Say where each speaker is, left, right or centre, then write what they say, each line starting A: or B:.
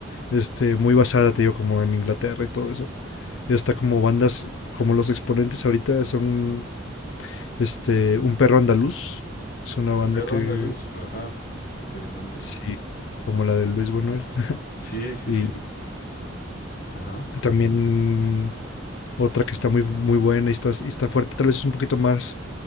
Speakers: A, on the left; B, on the left.
A: este, muy basada, te digo, como en Inglaterra y todo eso. Y hasta como bandas, como los exponentes ahorita son, este, Un Perro Andaluz, es una banda
B: Perro
A: que,
B: andaluz. Ajá. Interesante.
A: sí, como la de Luis Buñuel.
B: Sí, sí,
A: Y
B: sí. Ajá.
A: también otra que está muy, muy buena y está, y está fuerte, tal vez es un poquito más,